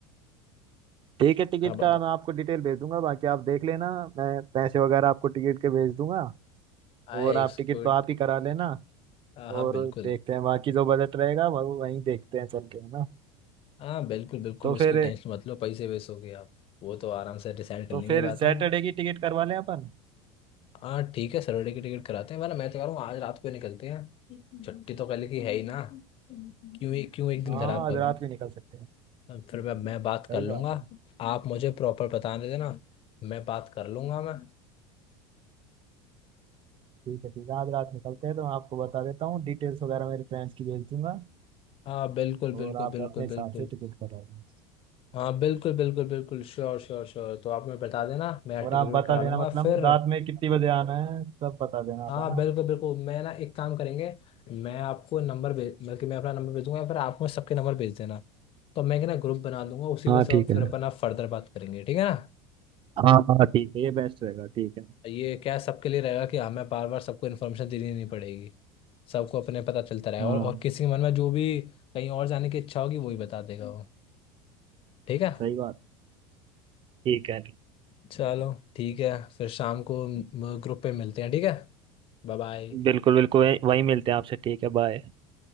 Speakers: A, on the right; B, on the left.
A: ठीक है टिकट
B: हाँ बताओ
A: का मैं आपको डिटेल भेज दूंगा बाकी आप देख लेना मैं पैसे वगैरह आपको टिकट के भेज दूंगा
B: आए
A: और आप
B: उसको
A: टिकट तो आप ही करा लेना
B: हाँ हाँ
A: और
B: बिल्कुल
A: देखते हैं बाकी जो बजट रहेगा वो वहीं देखते हैं चल के है ना
B: हाँ बिल्कुल बिल्कुल
A: तो
B: उसकी
A: फिर
B: टेंशन मत लो पैसे वैसे हो गए आप वो तो आराम से डिसाइड कर
A: तो
B: लेंगे
A: फिर
B: बाद
A: सैटरडे
B: में
A: की टिकट करवा लें अपन
B: हाँ ठीक है सैटरडे की टिकट कराते हैं वरना मैं तो कह रहा हूँ आज रात को ही निकलते हैं छुट्टी तो कल की है ही ना क्यों ही- क्यों एक दिन
A: हाँ
B: खराब
A: आज
B: करूँ
A: रात भी निकल सकते हैं
B: अब फिर मैं मैं बात
A: सही
B: कर लूँगा
A: बात है
B: आप मुझे प्रॉपर बता दे देना मैं बात कर लूँगा मैं
A: ठीक है ठीक है आज रात निकलते हैं तो मैं आपको बता देता हूँ डिटेल्स वगैरह मेरे फ्रेंड्स की भेज दूंगा
B: हाँ बिल्कुल बिल्कुल
A: और आप
B: बिल्कुल
A: अपने हिसाब
B: बिल्कुल
A: से टिकट करा लेना
B: हाँ बिल्कुल बिल्कुल बिल्कुल श्योर श्योर श्योर तो आप मुझे बता देना मैं
A: और
B: टिकट
A: आप
B: विकट
A: बता
B: करा
A: देना
B: लूँगा
A: मतलब
B: फिर
A: रात में कितनी बजे आना है सब बता देना आप
B: हाँ
A: है ना
B: बिल्कुल बिल्कुल मैं ना एक काम करेंगे मैं आपको नंबर भेज बल्कि मैं अपना नंबर भेज दूंगा या फिर आप मुझे सबके नंबर भेज देना तो मैं क्या ना ग्रुप बना दूंगा उसी
A: हाँ
B: पे सब
A: ठीक
B: फिर
A: है
B: अपना फर्दर बात करेंगे ठीक है ना
A: हाँ हाँ ठीक है ये बेस्ट रहेगा ठीक है
B: ये क्या है, सबके लिए रहेगा कि हमें बार बार सबको इन्फॉर्मेशन देनी नहीं पड़ेगी सबको अपने पता चलता रहेगा
A: हाँ
B: और, और किसी के मन में जो भी कहीं और जाने की इच्छा होगी वही बता देगा वो ठीक है
A: सही बात ठीक है
B: चलो ठीक है फिर शाम को ग्रुप पे मिलते हैं ठीक है Bye bye
A: बिल्कुल बिल्कुल वही वही मिलते हैं आपसे ठीक है बाय